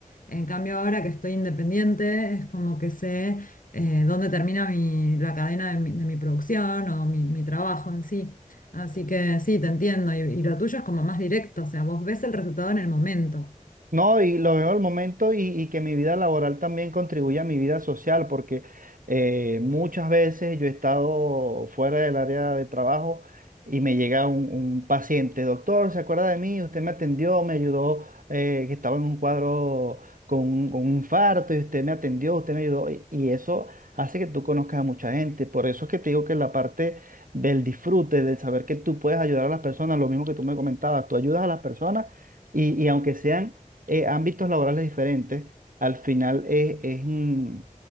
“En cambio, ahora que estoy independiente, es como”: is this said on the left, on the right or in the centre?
Left